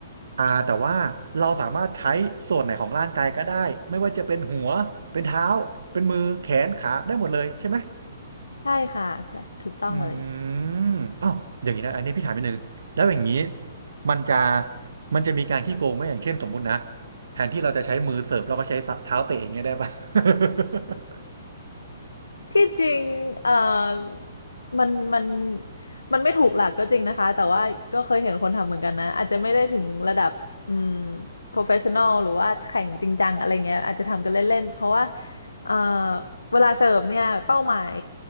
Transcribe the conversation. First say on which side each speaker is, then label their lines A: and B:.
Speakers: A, on the right; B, on the left.
A: อ่าแต่ว่าเราสามารถใช้ส่วนไหนของร่างกายก็ได้ไม่ว่าจะเป็นหัวเป็นเท้าเป็นมือแขนขาได้หมดเลยใช่ไหม
B: ใช่ค่ะถูกต้องเลย
A: อืมอ้าวอย่างนี้นะอันนี้พี่ถามนิดนึงแล้วอย่างนี้มันจะมันจะมีการขี้โกงไหมอย่างเช่นสมมุตินะแทนที่เราจะใช้มือเสิร์ฟเราก็ใช้เท้าเตะอย่างเงี้ยได้ปะ <laughs>
B: ที่จริงเอ่อมันมันมันไม่ถูกหลักก็จริงนะคะ แต่ว่าก็เคยเห็นคนทำเหมือนกันนะ อาจจะไม่ได้ถึงระดับอืม professional หรือว่าแข่งจริงจังอะไรเงี้ยอาจจะทำกันเล่นๆ เพราะว่าเอ่อเวลาเสิร์ฟเนี่ย เป้าหมาย